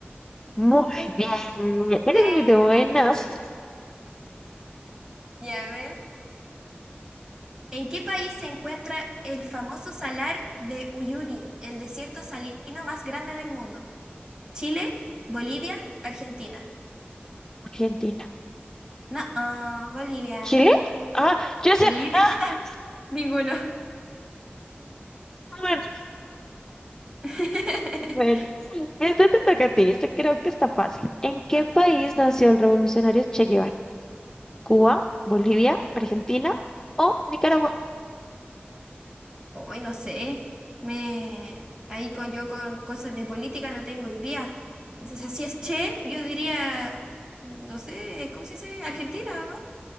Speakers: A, on the left; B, on the right.
A: Muy bien, eres
B: Eh,
A: muy de buenas.
B: va. Ya, a ver. ¿En qué país se encuentra el famoso salar de Uyuni, el desierto salino más grande del mundo? ¿Chile? ¿Bolivia? ¿Argentina?
A: Argentina.
B: No, ah, Bolivia.
A: ¿Chile? Ah, yo sé.
B: Bolivia.
A: Ah,
B: <laughs> Ninguno.
A: bueno,
B: <laughs>
A: bueno. Este te toca a ti, este creo que está fácil. ¿En qué
B: Ah,
A: país nació el revolucionario Che Guevara? ¿Cuba, Bolivia, Argentina o Nicaragua?
B: Hoy no sé. Me ahí con yo con cosas de política no tengo idea. Entonces, así es che, yo diría, no sé, ¿cómo se dice? ¿Argentina o no?